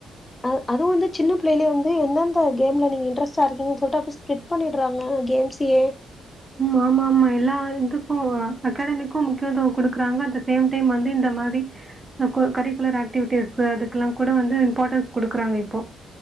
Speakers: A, on the left; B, on the right.
A: அ அதுவுவந்து சின்ன பிள்ளைலே வந்து எந்தந்த கேம்ல நீங்க இன்ட்ரெஸ்டார்கீங்கன்டு சொல்ட்டு அப்டியே ஸ்கிப் பண்ணிடுறாங்க கேம்ஸயே
B: உ ஆமா மா எல்லா இதுக்கு அகாடமிக்கு முக்கியத்துவோ குடுக்குறாங்க அட் த சேம் டைம் வந்து இந்த மாரி கரிக்குலர் ஆக்டிவிட்டிஸ் அதுக்கெல்லா கூட வந்து இம்பார்ட்டன்ஸ் குடுக்குறாங்க இப்போ